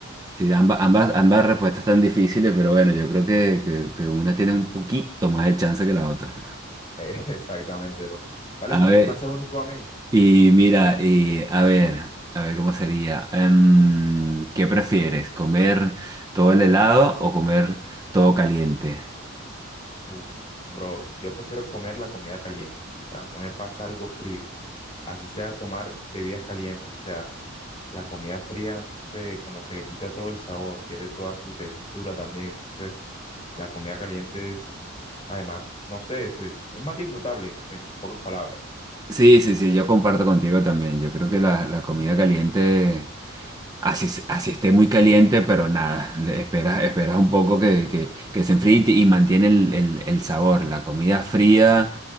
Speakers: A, on the right; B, on the left.
A: Sí, amba- ambas, ambas respuestas están difíciles, pero bueno, yo creo que, que- que una tiene un poquito más de chance que la otra.
B: Eh, <laughs> Exactamente, bro. Vale,
A: A
B: si quieres
A: ver,
B: me haces uno tú a mí.
A: y mira, y a ver, a ver cómo sería. Em, ¿qué prefieres? ¿Comer todo el helado o comer todo caliente?
B: Uf, bro, yo prefiero comer la comida caliente. O sea, no me pasa algo frío. Así sea tomar bebidas calientes. O sea, la comida fría, no sé, como que le quita todo el sabor, pierde toda su textura también. Entonces, la comida caliente es, además, no sé, es, es más disfrutable, en pocas palabras.
A: Sí, sí, sí, yo comparto contigo también. Yo creo que la, la comida caliente, así, es- así esté muy caliente, pero nada, le- esperas, esperas un poco que, que- que se enfríe y te- y mantiene el, el- el sabor. La comida fría